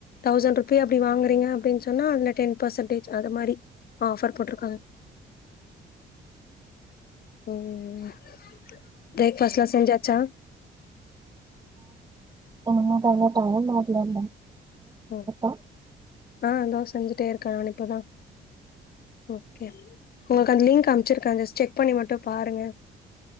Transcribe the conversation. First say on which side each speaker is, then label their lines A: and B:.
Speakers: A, on the left; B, on the right.
A: தௌசண்ட் ருப்பி அப்டி வாங்குறீங்க அப்டின்னு சொன்னா அதுல டென் பர்சன்டேஜ் அத மாரி ஆஃபர் போட்ருக்காங்க ம்ம் பிரேக்ஃபாஸ்ட்லாம் செஞ்சாச்சா
B: ஒன்னும் <unintelligible> உங்க ஸ்டுடென்ட்
A: ம்.
B: ஆஹ்
A: ஆ இதோ செஞ்சுட்டே இருக்கே நா இப்பதா ஓகே உங்களுக்கு அந்த லிங்க் அனுப் வச்சிருக்காங்க ஜஸ்ட் செக் பண்ணி மட்டும் பாருங்க